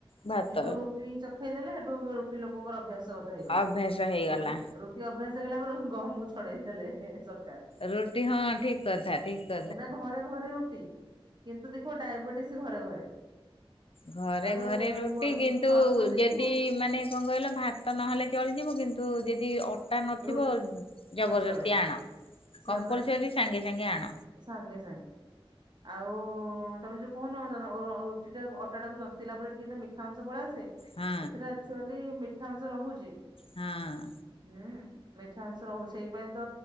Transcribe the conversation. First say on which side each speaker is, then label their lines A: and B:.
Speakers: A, on the left; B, on the right.
A: ଭାତ।
B: କିନ୍ତୁ ରୁଟି ଚଖେଇ ଦେଲେ ହେଠୁ ବ ରୁଟି ଲୋକଙ୍କର ଅଭ୍ୟାସ। ଗତ ହେଇଗଲେ
A: ଅଭ୍ୟାସ ହେଇଗଲା
B: ରୁଟି ରୁଟି ଅଭ୍ୟାସ ହେଇଗଲା ପରେ ଗହମକୁ ଛଡେଇ ଦେଲେ ସରକା
A: ରୁଟି ହଁ ଠିକ କଥା ଠିକ କ
B: ଏନା ଘରେ ଘରେ ରୁଟି। କିନ୍ତୁ ଦେଖିବ ଡାଇବେଟିସ୍ ଘରେ ଘରେ।
A: ଘରେ
B: ତମେ
A: ଘରେ ରୁଟି
B: ୟୁଟ୍ୟୁବ
A: କିନ୍ତୁ
B: ସର୍ଚ୍ଚ କରି ଦେଖିବ
A: ଯଦି ମାନେ କଣ କହିଲ! ଭାତ ନହେଲେ ଚଳିଯିବ। କିନ୍ତୁ ତୁ ଯଦି ଅଟା ନଥିବ
B: ରୁ
A: ଜବରଦସ୍ତି
B: ନଚଳେ
A: ଆଣ।
B: ସେଆ
A: କମ୍ପଲସରୀ
B: ପରା।
A: ସାଙ୍ଗେ ସାଙ୍ଗେ ଆଣ
B: ସାଙ୍ଗେ ସାଙ୍ଗେ ଆଉ ଓ! ତମେ ଯୋଉ କହୁନ ଅ ଓଃ ରୁଟିଟା ଅଟା ଟାକୁ ଜନ୍ତିଲା ପରେ ଟିକେ ତେ ମିଠା ଅଂଶ ପଳେଇ ଆସେ
A: ହଁ
B: ସେଥିରେ ଆକଚୁଆଲି ମିଠା ଅଂଶ ରହୁଛି
A: ହଁ।
B: ହୁଁ। ମିଠା ଅଂଶ ରହୁଛି ସେଇପାଇଁ ତ